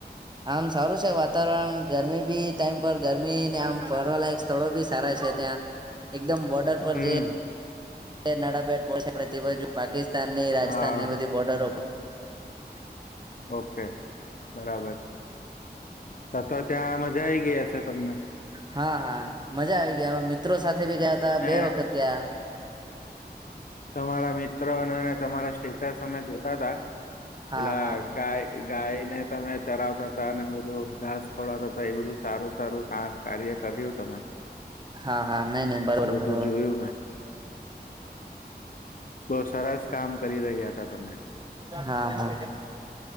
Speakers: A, on the right; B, on the left.
A: આમ સારું છે વાતાવરણ. ગરમી બી ટાઈમ પર ગરમી ને આમ ફરવાલાયક સ્થળો બી સારા છે. ત્યાં એકદમ બોર્ડર
B: હમ
A: પર જે. એ નડાબેટ બોણે તે બાજુ. પાકિસ્તાનની રાજસ્થાન
B: હા
A: ની બધી બોર્ડરો પર <unintelligible>
B: ઓકે બરાબર. તથ ત્યાં મજા આવીઈ ગયા હશે તમને.
A: હા, હા મજા આવી ગયા. મિત્રો સાથે ભી ગયા તા
B: ને
A: બે વખત ગયા.
B: તમારા મિત્રો અને તમારા સ્ટેટસ અમે જોતા હતા.
A: હા
B: તેલા
A: હા
B: ગાય ગાયને તમે ચરાવતા હતા અને બધું ઘાસ ખોડતા હતા એ બધું સારું સારું કાર્ય કર્યું હતું. તમે
A: હા હા નઈ નઈ બરોબર
B: એ બધું
A: બરોબર
B: જોયું મે બો સરસ કામ કરી રહ્યા હતા તમે
A: હા હા.